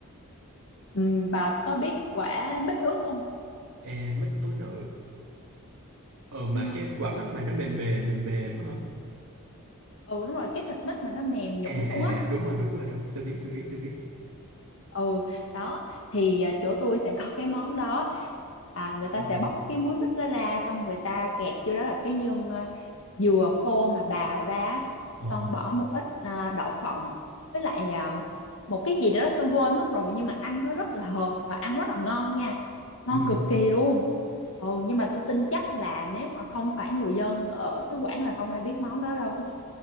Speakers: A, on the left; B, on the right.
A: Ừ, bà có biết quả mít ướt không?
B: À, mít tố nữ. ờ mà
A: Ừ,
B: cái quả mít mà nó mềm mềm mềm mềm á hả
A: ừ đúng rồi cái thịt mít mà nó mềm nhũn
B: à, à
A: luôn á
B: à, đúng rồi đúng rồi đúng rồi tôi biết tôi biết tôi biết
A: ừ đó thì à, chỗ tôi sẽ có cái món đó à, người ta
B: À. à.
A: sẽ bóc cái múi mít đó ra xong người ta kẹt vô đó là cái nhân à, dừa khô mà bào ra á.
B: ờ
A: xong bỏ một ít à, đậu phộng với lại à, một cái gì đó tôi quên mất rồi nhưng mà ăn nó rất là hợp và ăn rất là ngon nha ngon
B: ừ.
A: cực kỳ luôn ừ nhưng mà tôi tin chắc là nếu mà không phải người dân ở xứ Quảng là không ai biết món đó đâu